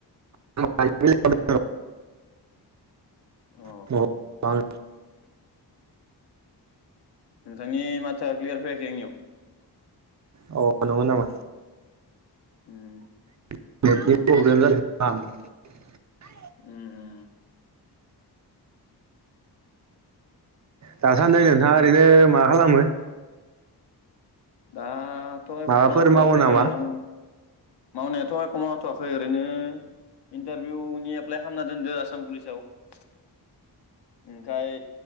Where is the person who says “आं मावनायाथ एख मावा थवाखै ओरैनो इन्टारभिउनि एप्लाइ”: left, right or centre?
Left